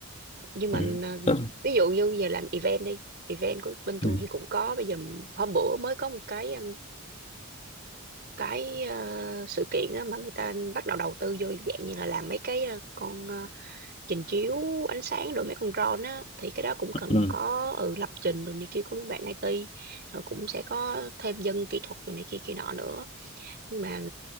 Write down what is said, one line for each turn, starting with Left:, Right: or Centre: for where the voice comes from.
Right: nhưng mà
Left: ừ.
Right: ờ,
Left: Ừ.
Right: ví dụ như giờ làm event đi event của bên tôi
Left: Ừ.
Right: thì cũng có bây giờ hôm bữa mới có một cái um, cái ờ, sự kiện á, mà người ta bắt đầu đầu tư vô dạng như là làm mấy cái ờ, con ờ, trình chiếu ánh sáng rồi mấy con drone á thì cái đó cũng
Left: Ừ.
Right: cần có ừ, lập trình rồi này kia của mấy bạn IT rồi cũng sẽ có thêm dân kỹ thuật rồi này kia kia nọ nữa nhưng mà